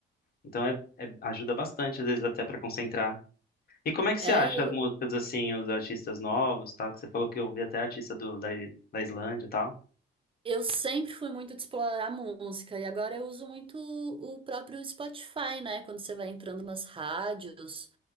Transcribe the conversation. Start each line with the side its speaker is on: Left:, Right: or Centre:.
Left: Então é, é- ajuda bastante, às vezes, até pra concentrar. E como é que
Right: É,
Left: você acha
Right: eu,
Left: as músicas, assim, os artistas novos, tal? Que você falou que eu ouvi até artista do, da, da Islândia e tal.
Right: eu sempre fui muito de explorar música e agora eu uso muito o próprio Spotify, né? Quando você vai entrando nas rádios